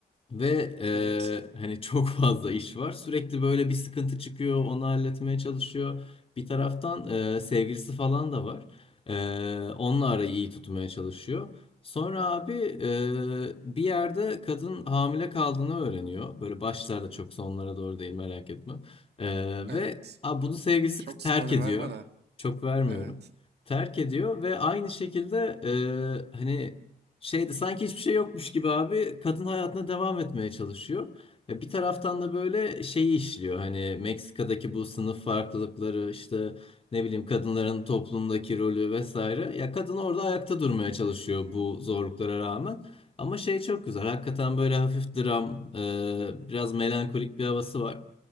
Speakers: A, on the left; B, on the right.
A: Ve eee,
B: evet,
A: hani çok fazla iş var. Sürekli böyle bir sıkıntı çıkıyor, onu halletmeye çalışıyor. Bir taraftan eee, sevgilisi falan da var. Eee onunla arayı iyi tutmaya çalışıyor. Sonra abi eee, bir yerde kadın hamile kaldığını öğreniyor. Böyle başlarda çok sonlara doğru değil merak etme. Eee,
B: evet.
A: ve a, bunu sevgilisi
B: Çok
A: k- terk
B: spoiler
A: ediyor.
B: verme de.
A: Çok vermiyorum.
B: Evet.
A: Terk ediyor ve aynı şekilde eee, hani şeyde sanki hiçbir şey yokmuş gibi abi kadın hayatına devam etmeye çalışıyor. Ya bir taraftan da böyle şeyi işliyor hani Meksika'daki bu sınıf farklılıkları işte ne bileyim kadınların toplumdaki rolü vesaire. Ya kadın orada ayakta durmaya çalışıyor bu zorluklara rağmen. Ama şey çok güzel hakikaten böyle hafif dram e, biraz melankolik bir havası var.